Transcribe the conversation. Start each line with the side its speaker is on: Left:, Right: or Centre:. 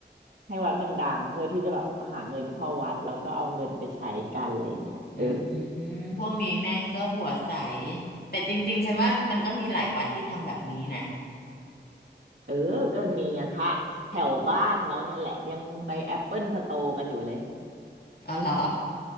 Right: ให้วัดมันดังเพื่อที่จะแบบหาเงินเข้าวัดแล้วก็เอาเงินไปใช้กันอะไรเงี้ยเออ
Left: อืมพวกนี้แม่งก็หัวใสแต่จริงๆฉันว่ามันก็มีหลายวัดที่ทำแบบนี้นะ
Right: เออก็มีไงพระแถวบ้านแล้วเนี่ยแหละยังไปแอปเปิลสโตร์กันอยู่เลย
Left: เอาเหรอ